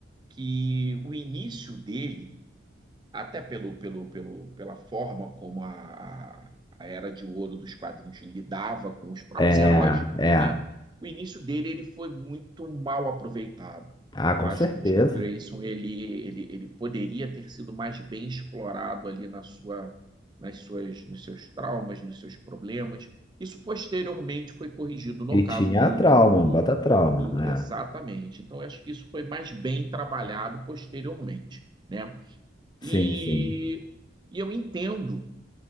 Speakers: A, on the right; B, on the left.
A: que o início dele até pelo, pelo, pelo, pela forma como a, a, a Era de Ouro dos quadrinhos lidava com os próprios
B: É,
A: heróis,
B: é.
A: né? O início dele ele foi muito mal aproveitado.
B: Ah, com
A: Eu acho
B: certeza.
A: que o Dick Grayson ele, ele, ele poderia ter sido mais bem explorado ali na sua, nas suas, nos seus traumas, nos seus problemas. Isso posteriormente foi corrigido no
B: E
A: caso
B: tinha
A: do,
B: a trauma,
A: do, do,
B: bota trauma,
A: do-
B: né?
A: exatamente. Então, eu acho que isso foi mais bem trabalhado posteriormente, né?
B: Sim,
A: E,
B: sim.
A: e eu entendo,